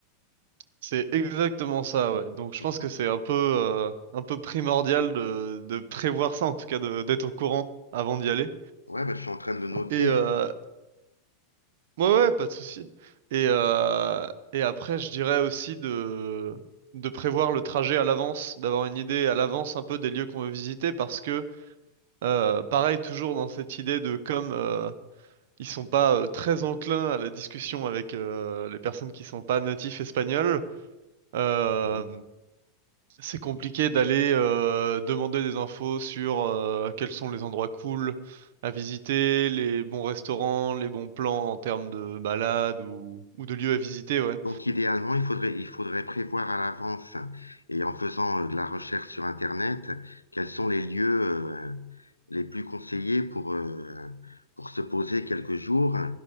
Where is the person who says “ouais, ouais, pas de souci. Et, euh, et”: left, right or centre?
Right